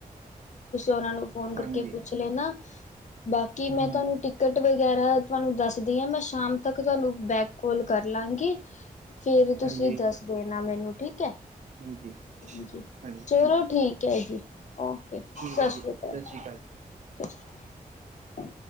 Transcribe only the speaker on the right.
ਹਾਂਜੀ
ਹਮ
ਹਾਂਜੀ
ਹਾਂਜੀ
ਹਾਂਜੀ
ਠੀਕ
ਹੈ
ਜੀ
ਸਤਿ ਸ਼੍ਰੀ ਅਕਾਲ